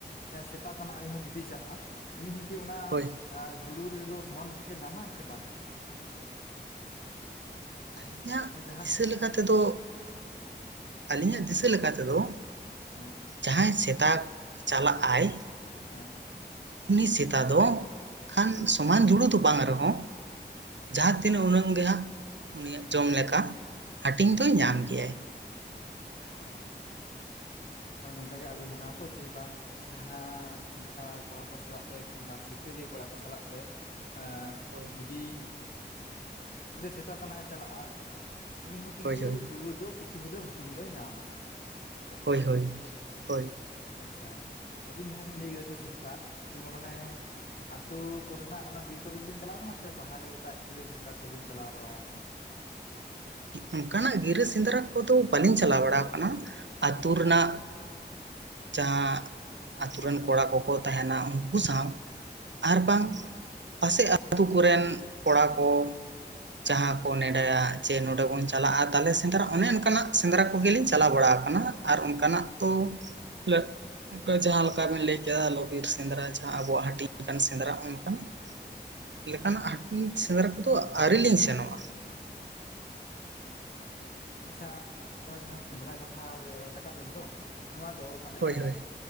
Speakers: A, on the left; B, on the right.
A: ᱥᱮᱛᱟ ᱛᱟᱱᱟᱜ ᱦᱚᱭ ᱡᱩᱫᱤ ᱪᱟᱞᱟᱜᱼᱟ ᱾ᱩᱱᱤ ᱦᱚᱸᱠᱤ ᱚᱱᱟ
B: ᱦᱳᱭ
A: ᱚᱱᱟ ᱡᱩᱲᱩ ᱨᱮᱫᱚ ᱥᱚᱢᱟᱱ ᱵᱷᱟᱜᱮ ᱧᱟᱢᱟ ᱥᱮ ᱵᱟᱝ?
B: ᱟᱞᱤᱧᱟᱜ
A: ᱚᱱᱮ ᱡᱟᱦᱟᱸ
B: ᱫᱤᱥᱟᱹ ᱞᱮᱠᱟ ᱛᱮᱫᱚ ᱟᱞᱤᱧ ᱟᱜ ᱫᱤᱥᱟᱹ
A: ᱞᱟᱹᱭ
B: ᱞᱮᱠᱟ
A: ᱵᱮᱱ
B: ᱛᱮᱫᱚ
A: ᱦᱮᱸ
B: ᱡᱟᱦᱟᱸᱭ ᱥᱮᱛᱟ ᱪᱟᱞᱟᱜ ᱟᱭ,
A: ᱦᱮᱸ <inaudible>
B: ᱩᱱᱤ ᱥᱮᱛᱟ ᱫᱚ, ᱠᱷᱟᱱ ᱥᱚᱢᱟᱱ ᱡᱩᱲᱩ ᱫᱚ ᱵᱟᱝ ᱨᱮᱦᱚᱸ ᱡᱟᱦᱟ ᱛᱤᱱᱟᱹᱜ ᱩᱱᱟᱹᱜ, ᱜᱮ ᱦᱟᱸᱜ ᱩᱱᱤᱭᱟᱜ ᱡᱚᱢ ᱞᱮᱠᱟ ᱦᱟᱹᱴᱤᱧ ᱫᱚᱭ ᱧᱟᱢ ᱜᱮᱭᱟᱭ᱾
A: ᱟᱪᱪᱷᱟ ᱟᱪᱪᱷᱟ ᱟᱪᱪᱷᱟ, ᱱᱚᱝᱠᱟ ᱜᱮ ᱟᱡᱚᱢ ᱟᱠᱟᱱᱟ ᱛᱚ ᱡᱮ ᱵᱟᱝ, ᱡᱟᱦᱟ ᱥᱮᱸᱫᱽᱨᱟ ᱠᱚᱲᱟ ᱠᱚ ᱥᱟᱞᱟᱜ ᱛᱮ ᱠᱤ ᱵᱟᱝ ᱥᱤᱠᱟᱹᱨᱤᱭᱟᱹ ᱠᱚᱲᱟ ᱠᱚ ᱥᱟᱞᱟᱜ ᱛᱮ, ᱮ
B: ᱦᱳᱭ
A: ᱡᱩᱫᱤ, ᱢᱮᱫᱴᱟᱝ ᱥᱮᱛᱟ ᱛᱟᱱᱟᱜ ᱮ ᱪᱟᱞᱟᱜᱼᱟ, ᱩᱱᱤ ᱦᱚᱸ ᱠᱤᱱᱛᱩ
B: ᱦᱳᱭ ᱦᱳᱭ
A: ᱡᱩᱲᱩ ᱫᱚ ᱠᱤᱪᱷᱩ ᱦᱚᱞᱚ ᱦᱟᱹᱴᱤᱧ ᱫᱚᱭ ᱧᱟᱢᱟ᱾ ᱦᱮᱸᱥᱮ
B: ᱦᱳᱭ ᱦᱳᱭ ᱦᱳᱭ,
A: ᱟᱪᱪᱷᱟ, ᱟᱹᱵᱤᱱ ᱡᱟᱦᱟ ᱵᱤᱱ ᱞᱟᱹᱭ ᱠᱮᱫᱟ ᱡᱮ ᱥᱮᱱᱛᱟ, ᱟᱵᱤᱱ ᱫᱚ ᱢᱟᱱᱮ ᱟᱛᱳ ᱠᱚᱨᱮᱱᱟᱜ ᱚᱱᱟ ᱵᱤᱨ ᱠᱚᱨᱮ ᱵᱤᱱ ᱪᱟᱞᱟᱣ ᱟᱠᱟᱱᱟ, ᱥᱮ ᱵᱟᱦᱨᱮ ᱮᱴᱟᱜ ᱜᱤᱨᱟᱹ ᱥᱮᱸᱫᱽᱨᱟ ᱠᱚᱵᱤᱱ ᱪᱟᱞᱟᱣ ᱵᱟᱲᱟ ᱟᱠᱟᱱᱟ?
B: ᱚᱱᱠᱟᱱᱟᱜ ᱜᱤᱨᱟᱹ ᱥᱮᱸᱫᱽᱨᱟ ᱠᱚᱫᱚ ᱵᱟᱹᱞᱤᱧ ᱪᱟᱞᱟᱣ ᱵᱟᱲᱟ ᱟᱠᱟᱱᱟ, ᱟᱹᱛᱩ
A: ᱟᱪᱪᱷᱟ ᱟᱪᱪᱷᱟ
B: ᱨᱮᱱᱟᱜ, ᱡᱟᱦᱟ
A: ᱟᱪᱪᱷᱟ
B: ᱟᱛᱩ ᱨᱮᱱ ᱠᱚᱲᱟ ᱠᱚᱠᱚ ᱛᱟᱦᱮᱱᱟ ᱩᱱᱠᱩ ᱥᱟᱶ, ᱟᱨ ᱵᱟᱝᱟᱝ
A: ᱟᱪᱪᱷᱟ,
B: ᱯᱟᱥᱮᱡ ᱟᱹᱛᱩ ᱠᱚᱨᱮᱱ ᱠᱚᱲᱟ ᱠᱚ ᱡᱟᱦᱟ
A: ᱟᱪᱪᱷᱟ
B: ᱠᱚ ᱱᱮᱰᱟᱭᱟ, ᱡᱮ ᱱᱚᱸᱰᱮ ᱵᱚᱱ ᱪᱟᱞᱟᱜᱼᱟ ᱛᱟᱦᱚᱞᱮ ᱥᱮᱸᱫᱽᱨᱟ ᱚᱱᱮ ᱚᱱᱠᱟᱱᱟᱜ ᱥᱮᱸᱫᱽᱨᱟ ᱠᱚᱜᱮᱞᱤᱧ ᱪᱟᱞᱟᱣ ᱵᱟᱲᱟ ᱠᱟᱱᱟ᱾ ᱟᱨ ᱚᱱᱠᱟᱱᱟᱜ ᱛᱚ <unintelligible> ᱚᱝᱠᱟ ᱡᱟᱦᱟᱸ ᱞᱮᱠᱟᱵᱤᱱ ᱞᱟᱹᱭ ᱠᱮᱫᱟ ᱞᱚᱵᱤᱨ ᱥᱮᱸᱫᱽᱨᱟ ᱡᱟᱦᱟᱸ ᱟᱵᱚᱣᱟᱜ ᱦᱟᱹᱴᱤᱧ ᱥᱮᱸᱫᱽᱨᱟ ᱚᱱᱠᱟᱱᱟᱜ ᱞᱮᱠᱟᱱᱟᱜ ᱦᱟᱹᱴᱤᱧ ᱥᱮᱸᱫᱽᱨᱟ ᱠᱚᱫᱚ ᱟᱹᱣᱨᱤ ᱞᱤᱧ ᱥᱮᱱᱚᱜᱼᱟ᱾
A: ᱟᱪᱪᱷᱟ ᱟᱪᱪᱷᱟ ᱟᱪᱪᱷᱟ, ᱱᱚᱜ ᱚᱭ ᱡᱟᱦᱟ ᱥᱮᱸᱫᱽᱨᱟ ᱠᱟᱛᱷᱟ ᱨᱟᱠᱟᱵ ᱮᱫ ᱫᱚ, ᱱᱚᱣᱟ ᱫᱚ ᱢᱟᱱᱮ
B: ᱦᱳᱭ ᱦᱳᱭ